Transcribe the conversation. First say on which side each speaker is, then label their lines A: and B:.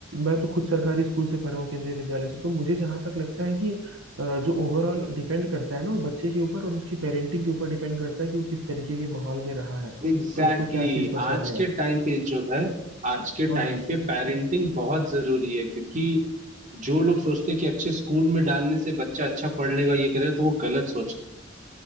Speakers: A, on the right; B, on the right.
A: मैं तो खुद सरकारी स्कूल से पढ़ा हूँ केंद्रीय विद्यालय से तो मुझे जहां तक लगता है कि अ, जो ओवरऑल डिपेंड करता है ना वो बच्चे के ऊपर और उसकी पेरेंटिंग के ऊपर डिपेंड करता है कि वो किस तरीके के माहौल में रहा है
B: Exactly
A: और उसको क्या
B: exactly.
A: चीज पसंद
B: आज
A: है
B: के टाइम पे जो है आज के
A: हाँ
B: टाइम
A: हाँ
B: पे पेरेंटिंग बहुत जरूरी है क्योंकि जो लोग सोचते हैं कि अच्छे स्कूल में डालने से बच्चा अच्छा पढ़ लेगा ये करेगा तो वो गलत सोच है